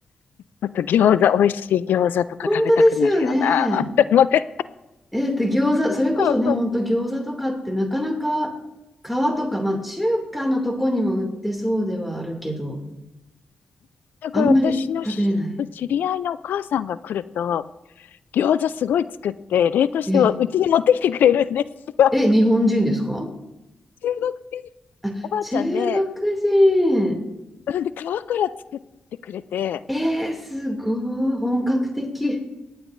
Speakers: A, on the left; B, in the centre.
A: あと餃子、美味しい餃子とか食べたくなるよな、
B: 本当ですよね。
A: って思って。
B: えー、だって餃子、それこそね、
A: そうそう。
B: 本当餃子とかってなかなか皮とか、まあ中華のとこにも売ってそうではあるけど、
A: だから私のし知り合いのお母さんが来ると、
B: あんまり食べれない。
A: 餃子すごい作って、冷凍してはうちに持ってきてくれるんですよ。
B: え、え、日本人ですか
A: 中国人
B: あ、
A: おばあちゃんで、
B: 中国人。
A: なんで皮から作ってくれて、
B: えーすごい、本格的。